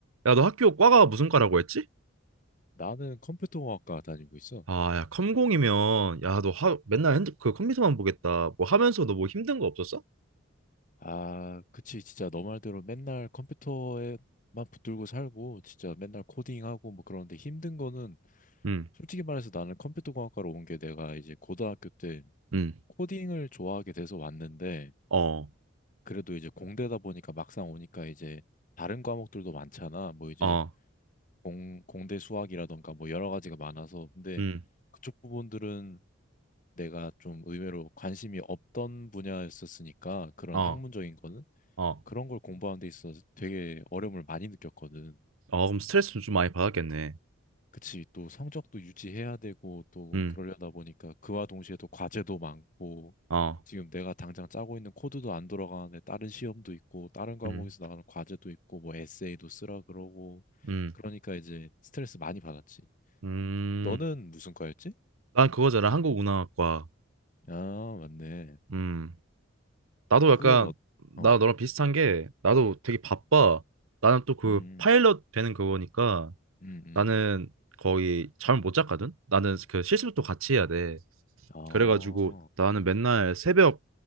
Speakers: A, on the right; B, on the left.
A: 야, 너 학교 과가 무슨 과라고 했지?
B: 나는 컴퓨터공학과 다니고 있어.
A: 아, 야, 컴공이면 야, 너 하, 맨날 핸드, 그 컴퓨터만 보겠다. 뭐 하면서 너 뭐 힘든 거 없었어?
B: 아, 그치. 진짜 너 말대로 맨날 컴퓨터에만 붙들고 살고, 진짜 맨날 코딩하고 뭐 그런데 힘든 거는
A: 응,
B: 솔직히 말해서 나는 컴퓨터공학과로 온 게 내가 이제 고등학교 때
A: 응,
B: 코딩을 좋아하게 돼서 왔는데,
A: 어,
B: 그래도 이제 공대다 보니까 막상 오니까 이제 다른 과목들도 많잖아. 뭐 이제
A: 어,
B: 공, 공대 수학이라던가 뭐 여러 가지가 많아서. 근데
A: 응,
B: 그쪽 부분들은 내가 좀 의외로 관심이 없던 분야였었으니까 그런
A: 어,
B: 학문적인 거는
A: 어,
B: 그런 걸 공부하는 데 있어서 되게 어려움을 많이 느꼈거든.
A: 어, 그럼 스트레스 좀 많이 받았겠네.
B: 그치, 또 성적도 유지해야 되고 또
A: 응,
B: 그러려다 보니까 그와 동시에 또 과제도 많고
A: 어,
B: 지금 내가 당장 짜고 있는 코드도 안 돌아가는데 다른 시험도 있고 다른 과목에서
A: 응,
B: 나가는 과제도 있고 뭐 에세이도 쓰라 그러고
A: 응,
B: 그러니까 이제 스트레스 많이 받았지.
A: 음,
B: 너는 무슨 과였지?
A: 난 그거잖아, 한국운항학과.
B: 아, 맞네.
A: 음, 나도 약간
B: 그건 어, 어,
A: 나 너랑 비슷한 게 나도 되게 바빠. 나는 또 그
B: 음,
A: 파일럿 되는 그거니까
B: 음, 음.
A: 나는 거의 잠을 못 잤거든. 나는 그 실습도 같이 해야 돼.
B: 아,
A: 그래가지고 나는 맨날 새벽